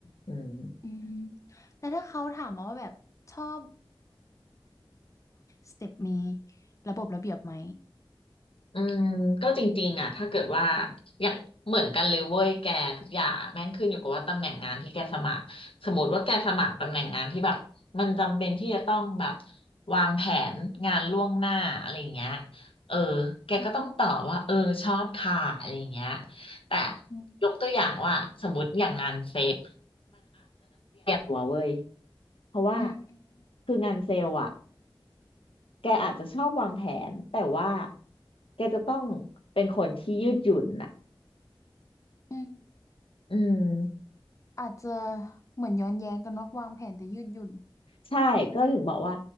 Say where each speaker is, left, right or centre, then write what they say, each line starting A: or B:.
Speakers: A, on the left; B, on the left.
A: อืม
B: อืมแต่ถ้าเขาถามมาว่าแบบชอบสเต็ปมีระบบระเบียบไหม
A: อืมก็จริงๆอ่ะถ้าเกิดว่าอย่างเหมือนกันเลยเว้ยแกทุกอย่างอะแม่งขึ้นอยู่กับว่าตำแหน่งงานที่แกสมัครสมมติว่าแกสมัครตำแหน่งงานที่แบบมันจำเป็นที่จะต้องแบบวางแผนงานล่วงหน้าอะไรอย่างเงี้ยเออแกก็ต้องตอบว่าเออชอบค่ะอะไรอย่างเงี้ย
B: อืม
A: แต่
B: อืม
A: ยกตัวอย่างว่าสมมติอย่างงานเซลล์ตัวเว้ยเพราะว่า
B: อืมอืม
A: คืองานเซลล์อ่ะแกอาจจะชอบวางแผนแต่ว่าแกจะต้องเป็นคนที่ยืดหยุ่นน่ะ
B: อืม
A: อืม
B: อาจจะเหมือนย้อนแย้งกันเนอะวางแผนแต่ยืดหยุ่น
A: ใช่ก็ถึงบอกว่า